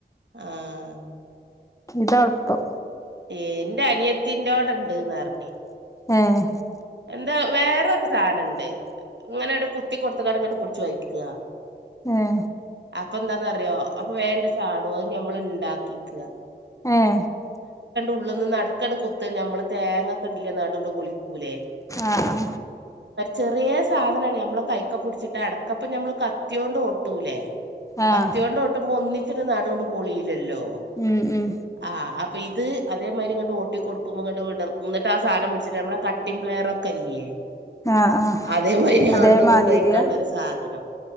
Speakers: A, on the right; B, on the left.
A: ആഹ
B: ഇത അഴപ്പം
A: എൻറെ അനിയത്തിറോടുണ്ട്ന്ന് പറഞ്ഞ
B: ആഹ
A: എന്താ വേറരു സാധനംുണ്ട്േ ഇങ്ങനെ ഇവിട കുത്തി കൊടുത്ത കട് ഇങ്ങോട്ട് പിടിച്ചു വഴിക്കുക
B: ആഹ
A: അപ്പൊ എന്താന്നറിയോ അപ്പൊ വേണ്ട ചാടോ അത് ഞമ്മൾ ഉണ്ടാക്കിക്കുക
B: ആഹ
A: ഉള്ളന്ന് നടുക്കട കുത്ത് മ്മള് തേങ്ങൊക്ക ഇണ്ടില്ലേ നവിട കൊൊിക്കൂലേ
B: ആഹ
A: ചെറിയ സാധനമാണ് നമ്മെ കൈക്ക പിടിച്ചിട്ട് അടക്കപ്പ ഞമ്മള് കത്തിയോണ്ട് ഓട്ടൂലേ
B: ആഹ്
A: കത്തിയ കൊണ്ട് ഓട്ടുമ്പോ ഒന്നിച്ചി് നാട കൊണ്ട് പോളില്ലല്ലോ
B: ഉം ഉം
A: ആ അപ്പൊ ഇത് അേതിരിങ്ങട്ട് ഓട്ടി കൊടുക്ക്പോ ഇോ് വിടന്നി് സധനം പിടിച്ചട്ട് നമ്മുടെ കട്ടിംലെയറെ ല്ലേ
B: ആഹ് ആഹ്
A: അതേമാരി
B: അതേമാതിരിയാ
A: ആണ്ടും കൊണ്ട്പയ്ക്കാണ്ട ഒരു സാധനം